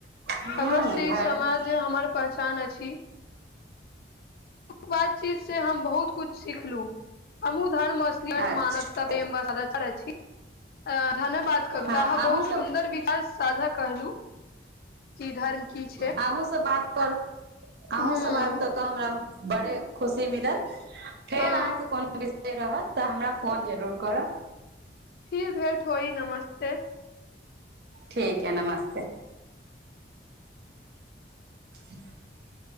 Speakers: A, on the right (about 60°); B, on the left (about 55°).
A: ह
B: अवश्य
A: धर्म
B: समाज हमर पहचान अछि बातचीत से हम बहुत कुछ सिखलु हमहुँ धर्मस्य
A: अच्छा
B: मानवता छी धन्यवाद कवित
A: हँ
B: अहाँ बहुत
A: अहूँ
B: सुन्दर
A: सब
B: विचार साझा कहलू कि धर्म की छै <unintelligible>
A: अहूँ सब बात कर अहूँ
B: हूँ
A: सब बात कऽ कऽ हमरा बड़े खुशी मिलल फेर
B: हँ
A: अहाँके कोनो रहत तऽ हमरा फोन जरूर करब
B: फिर भेट होई नमस्ते
A: ठीक ह नमस्ते ह